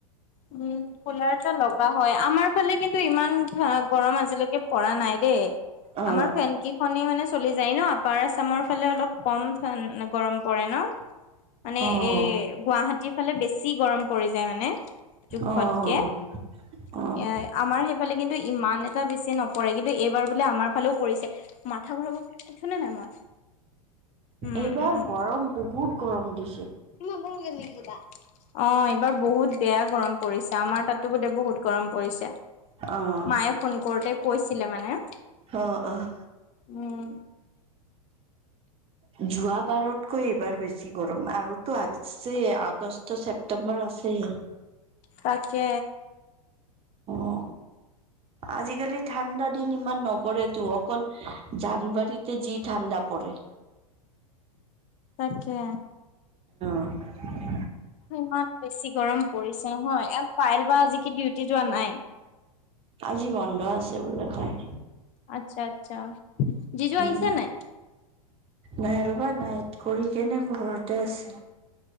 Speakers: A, on the left; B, on the right.
A: উম কুলাৰ এটা লগা হয় আমাৰ ফালে কিন্তু ইমান গৰম আজিলৈকে পৰা নাই দে দেই
B: অ',
A: আমাৰ ফেন কেইখনে মানে চলি যায় ন আপাৰ আসামৰ সেইফালে অলপ কম ফেন গৰম পৰে ন মানে
B: অ',
A: এ গুৱাহাটীৰ ফালে বেছি গৰম পৰি যায় মানে জোখতকে
B: অ',
A: এ
B: অ'।
A: আমাৰ সেইফালে কিন্তু ইমান এটা বেছি নপৰে কিন্তু এইবাৰ বোলে আমাৰ সেইফালেও পৰিছে মাথা ঘূৰাব বুলি কৈছো নে নাই মই উম
B: এইবাৰ
A: উম
B: গৰম বহুত গৰম দিছে
A: অ এইবাৰ বহুত বেয়া গৰম পৰিছে আমাৰ তাতো বোলে বহুত গৰম পৰিছে
B: অ'।
A: মায়ে ফোন কৰোতে কৈছিলে মানে
B: অ', অ',
A: উম
B: যোৱা বাৰতকৈ এইবাৰ বেছি গৰম আৰু টো আছে আগষ্ট ছেপ্টেম্বৰ আছে।
A: তাকে
B: অ আজিকালি ঠাণ্ডা দিন ইমান । কৰে তো অকল জানুৱাৰীতে যি ঠাণ্ডা পৰে।
A: তাকে
B: অ <inaudible>
A: ইমান বেছি গৰম পৰিছে নহয় এ পাইল বা আজি কি ডিউটি যোৱা নাই?
B: আজি বন্ধ আছে বোলে তাই
A: আচ্ছা আচ্ছা জিজু
B: উম।
A: আহিছে নাই?
B: নাই ৰবা নাইট কৰি কেনে ঘৰতে আছে।